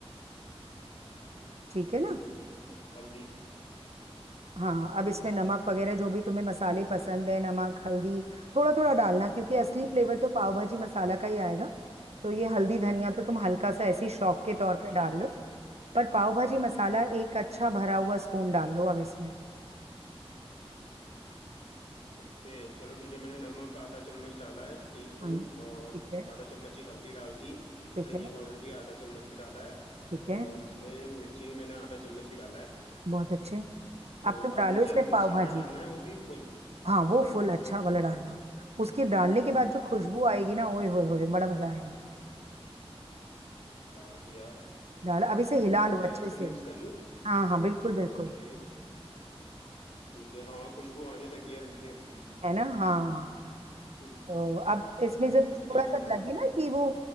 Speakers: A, on the right; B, on the left.
A: ठीक है
B: हम्म,
A: ना
B: डाल दी
A: हाँ अब इसमें नमक वगैरह जो भी तुम्हें मसाले पसंद है नमक हल्दी थोड़ा थोड़ा डालना क्योंकि असली फ्लेवर तो पाव भाजी मसाला का ही आएगा तो ये हल्दी धनिया तो तुम हल्का सा ऐसे ही शौक के तौर
B: ओके
A: पे
B: ठीक
A: डाल
B: है
A: लो पर पाव भाजी मसाला एक अच्छा भरा हुआ स्पून डाल लो अब इसमें
B: ओके चलो ठीक है मैंने नमक आधा चम्मच डाला है टीस्पून
A: हम्म
B: और
A: ठीक है
B: आधा चम्मच ही हल्दी डाल दी
A: ठीक
B: धनिया
A: है
B: पाउडर भी आधा चम्मच ही डाला है
A: ठीक है
B: और इसमें मिर्ची भी मैंने आधा चम्मच ही डाला है
A: बहुत अच्छे
B: तो
A: अब तुम डालो
B: अब मुझे
A: इसमें
B: मसाला
A: पाव भाजी
B: डालना है वो भी फुल
A: हाँ वो फुल अच्छा वाला डालना उसके डालने के बाद जो खुशबू
B: चलो
A: आएगी ना ओए होए होए बड़ा मजा आएगा
B: डाल दिया
A: डाल अब इसे हिला
B: ठीक
A: लो
B: है
A: अच्छे
B: इसको
A: से
B: मिक्स कर लूँ
A: हाँ हाँ बिल्कुल
B: Okay
A: बिल्कुल
B: okay ठीक है हाँ खुशबू आने लगी है हल्की हल्की
A: है ना हाँ
B: हम्म
A: तो अब इसमें जब
B: अब
A: थोड़ा
B: क्या करना
A: सा लगे
B: है
A: ना कि वो